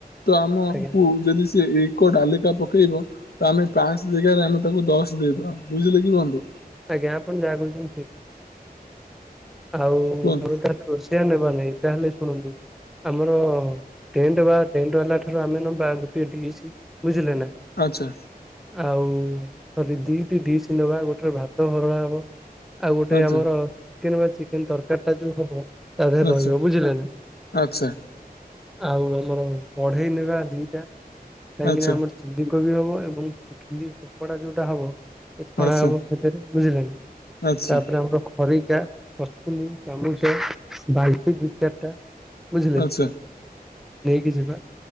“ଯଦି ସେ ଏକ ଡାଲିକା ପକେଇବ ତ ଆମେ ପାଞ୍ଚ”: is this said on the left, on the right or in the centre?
Left